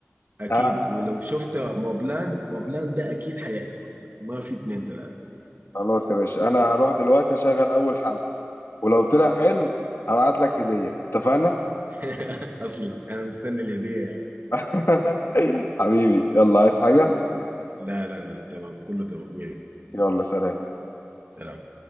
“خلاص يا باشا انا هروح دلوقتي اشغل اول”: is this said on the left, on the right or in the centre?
Left